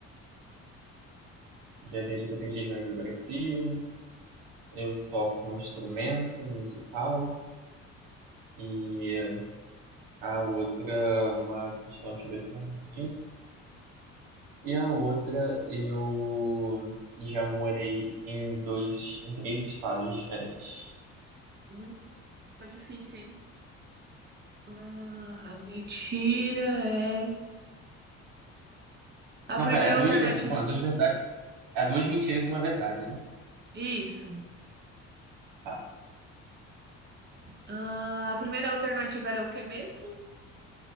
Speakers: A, on the right (about 75°); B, on the right (about 30°).
A: Já viajei para três regiões do Brasil. Eu toco um instrumento musical. E A outra, uma questão, deixa eu ver se é aqui. E a outra, eu já morei em dois, em três estados diferentes.
B: Hum, Ficou difícil, hein? Ah, a mentira é.
A: Não,
B: A primeira
A: pera, é duas,
B: alternativa.
A: ver- não, é duas verdades, é duas mentiras e uma verdade, né?
B: Isso.
A: Tá.
B: Ah, a primeira alternativa era o que mesmo?